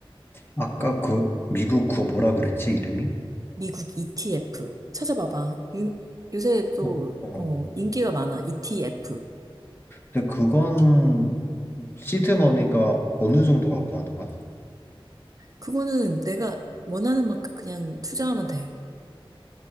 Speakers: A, on the left; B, on the right.
A: 아까
B: 그
A: 그 미국 그거 뭐라 그랬지 이름이?
B: 미국 ETF. 찾아봐봐. 유, 요새 또,
A: 어, 어.
B: 어, 인기가 많아. ETF.
A: 근데 그거는 시드머니가 어느 정도 갖고 하는 거야?
B: 그거는 내가 원하는 만큼 그냥 투자하면 돼.